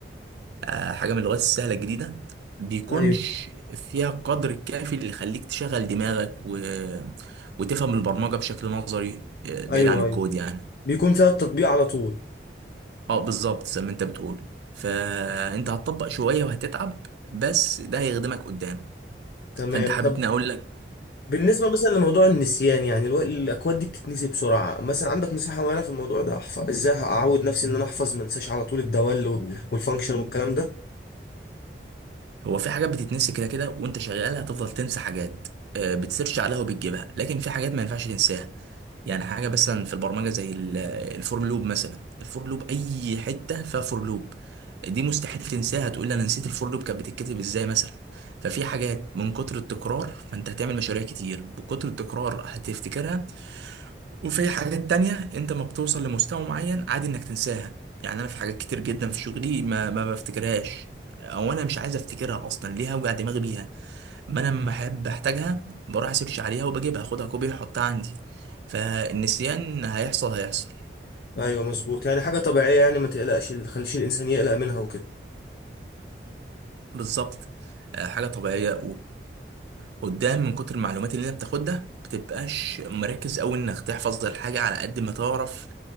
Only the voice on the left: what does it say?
ايوه
ايوه
ايوه
بيكون فيها التطبيق على طول
تمام
طب
بالنسبة مثلا لموضوع النسيان يعني الو- الأكواد دي بتتنسي بسرعة مثلا عندك نصيحة معينة في الموضوع ده أحفظ إزاي أعود نفسي إن أنا أحفظ ما أنساش على طول الدوال وال- والفانكشن والكلام ده
أيوه مظبوط يعني حاجة طبيعية يعني ما تقلقش ما تخليش الإنسان يقلق منها وكده